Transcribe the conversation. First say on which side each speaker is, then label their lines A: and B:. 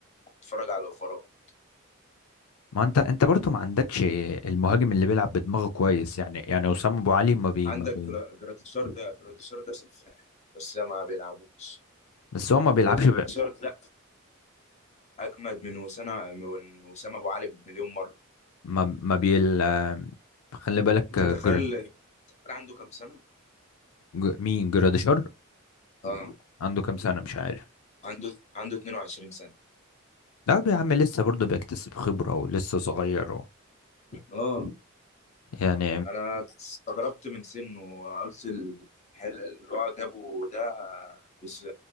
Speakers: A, on the left; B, on the left.
A: اتفرج على الاوفرات
B: ما انت انت برضو ما عندكش المهاجم اللي بيلعب بدماغه كويس يعني يعني وسام ابو علي ما بي
A: عندك
B: ما بي
A: جرا- جراديشار ده جراديشار ده سفاح بس ما بيلعبوش
B: بس هو ما بيلعبش
A: جراديشار
B: ب...
A: ده اجمد من وسام من وسام ابو علي بمليون مرة
B: ما ما بيل آه، خلي بالك
A: انت
B: آه،
A: تخيل
B: جر...
A: التخيل عنده كام سنة؟
B: ج... مين جراديشار
A: اه
B: عنده كام سنة مش عارف
A: عنده عنده 22 سنة
B: ده يا عم لسه برضه بيكتسب خبرة ولسه صغير و...
A: اه
B: يعني
A: انا استغربت من سنه وقلت الحل اللي هو جابه ده بس